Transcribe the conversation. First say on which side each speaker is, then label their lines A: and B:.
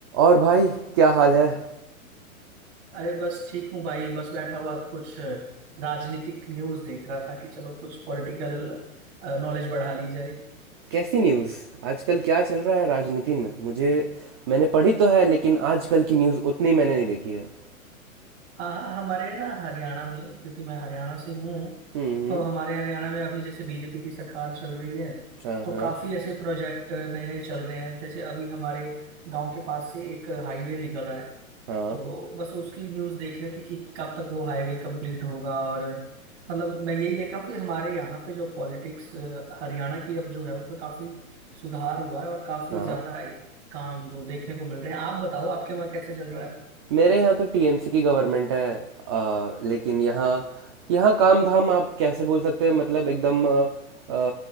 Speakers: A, on the right (about 20°); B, on the right (about 55°).
A: और भाई क्या हाल है
B: अरे बस ठीक हूँ भाई बस बैठा हुआ कुछ राजनीतिक न्यूज़ देख रहा था कि चलो कुछ पॉलिटिकल नॉलेज बढ़ा ली जाए
A: कैसी न्यूज़ आजकल क्या चल रहा है राजनीति में मुझे मैंने पढ़ी तो है लेकिन आजकल की न्यूज़ उतनी मैंने नहीं देखी है
B: हाँ हाँ हमारे ना हरियाणा में क्योंकि मैं हरियाणा से हूँ
A: हम्म हम्म।
B: तो हमारे हरियाणा में अभी जैसे बीजेपी की सरकार चल रही है
A: हाँ
B: तो
A: हाँ
B: काफ़ी ऐसे प्रोजेक्ट नए नए चल रहे हैं जैसे अभी हमारे गांव के पास से एक हाईवे निकल रहा है
A: हाँ
B: तो बस उसकी न्यूज देख रहे थे कि कब तक वो हाईवे कंप्लीट होगा और मतलब मैं यही देख रहा हूँ कि हमारे यहाँ पे जो पॉलिटिक्स हरियाणा की अब जो है उसमें काफी सुधार हुआ है और काफी
A: हाँ
B: ज्यादा काम जो देखने को मिल रहे हैं आप बताओ आपके वहाँ कैसे चल रहा है
A: मेरे यहाँ तो टीएमसी की गवर्नमेंट है आ, लेकिन यहाँ यहाँ काम धाम आप कैसे बोल सकते हैं मतलब एकदम अ, अ,